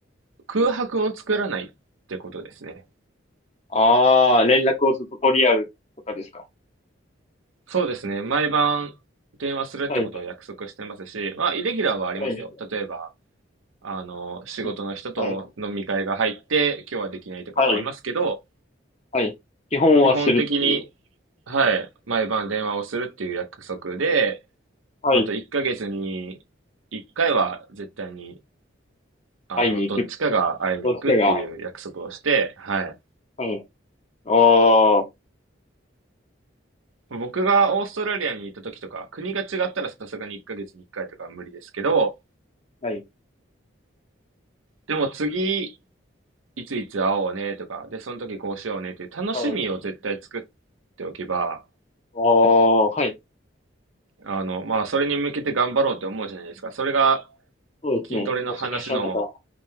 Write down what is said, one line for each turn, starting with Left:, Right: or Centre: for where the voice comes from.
Right: ー空白を作らないってことですね。
Left: ああ、連絡をずっと取り合うとかですか。
Right: そうですね。毎晩電話するってことを約束してますし、
Left: はい。
Right: まあ、イレギュラーはありますよ。
Left: はい。
Right: 例えば、あの、仕事の人と飲み会が入って、
Left: のはい。
Right: 今日はできないとかはありますけど、
Left: はい。はい。基本はするっていう。
Right: 基本的に、はい、毎晩電話をするっていう約束で、
Left: はい。
Right: また1ヶ月に1回は絶対に、あの、
Left: 会いに行く
Right: どっちかが会いに行くっていう約束をして、
Left: としてが、
Right: はい。
Left: はい。おー、
Right: 僕がオーストラリアに行った時とか、国が違ったらさすがに1ヶ月に1回とかは無理ですけど、
Left: はい。
Right: でも次、いついつ会おうねとか、で、その時こうしようねっていう楽しみを絶対作っ
Left: はい。
Right: ておけば、
Left: おー、はい。
Right: あの、まあ、それに向けて頑張ろうって思うじゃないですか。それが
Left: そうですね。
Right: 筋トレの話の、
Left: モチベーションとか、